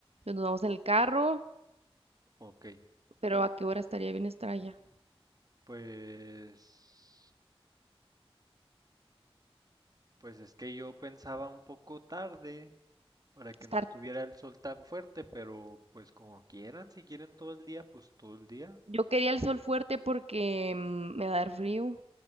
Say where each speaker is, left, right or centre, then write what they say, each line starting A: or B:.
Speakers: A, on the right; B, on the right.
A: Entonces nos vamos en el carro,
B: Ok,
A: pero a qué hora estaría bien estar allá.
B: pues... Pues es que yo pensaba un poco tarde para que
A: Estar
B: no estuviera el sol tan fuerte, pero pues como quieran, si quieren todo el día, pues todo el día.
A: Yo quería el sol fuerte porque mm, me va a dar frío.